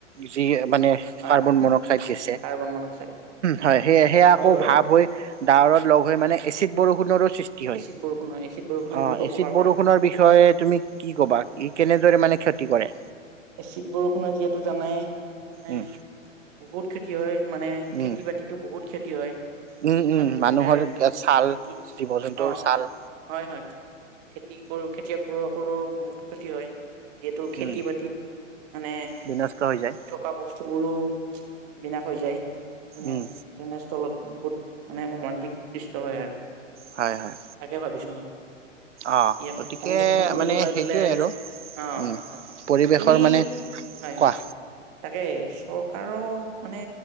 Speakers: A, on the right; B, on the right.
A: যি মানে
B: হয়
A: কাৰ্বন
B: হয়
A: মনক্সাইড গেছে
B: কাৰ্বন মনক্সাইড।
A: হয় সে সেয়া
B: হয়
A: আকৌ
B: বাৰু।
A: ভাৱ হৈ ডাৱৰত লগ হৈ মানে এচিড বৰষুণৰো সৃষ্ট কি হয়
B: এচিড বৰষুণ হয় এচিড বৰষুণৰ
A: অ
B: বহুত অপকাৰ
A: এচিড
B: কৰে।
A: বৰষুণৰ বিষয়ে তুমি কি ক'বা, ই কেনেদৰে মানে ক্ষতি কৰে?
B: এচিড বৰষুণৰ যিহেতু জানাই মানে
A: উম
B: বহুত খেতি হয় মানে
A: উম
B: খেতি-বাত তিটো বহুত ক্ষতি হয়।
A: উম
B: ইমান
A: উম
B: ধুনীয়াকে
A: মানুহৰ ছাল,
B: খেতি
A: জীৱ জন্তুৰ
B: অ
A: ছাল।
B: হয় হয়, খেতি কৰো খেতিয়কবোৰ সৰু বহুত খেতি হয়। ইয়েটো খেতি
A: উম,
B: বাতিত মানে
A: বিনষ্ট হৈ যায়।
B: ৰই থকা বস্তুবোৰো বিনাশ হৈ যায় এনে
A: উম,
B: তেনেস্থলত বহুত মানে মৰ্মান্তিক <unintelligible> হয় আৰু
A: হয় হয়
B: তাকে ভাবিছো মই
A: অ',
B: ইয়াক
A: গতিকে
B: সংৰক্ষণ কৰিব
A: মানে
B: লাগিলে
A: সেইটোৱে আৰু
B: অ
A: উম। পৰিৱেশৰ
B: তুমি
A: মানে
B: হয়
A: কোৱা
B: হয় তাকে চৰকাৰক মানে